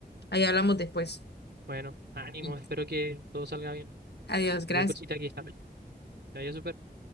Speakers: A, on the left; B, on the right.
A: ahí hablamos después.
B: bueno, ánimo,
A: Sí.
B: espero que todo salga bien.
A: Adiós, gracias.
B: Cualquier cosita aquí está. Que vaya súper.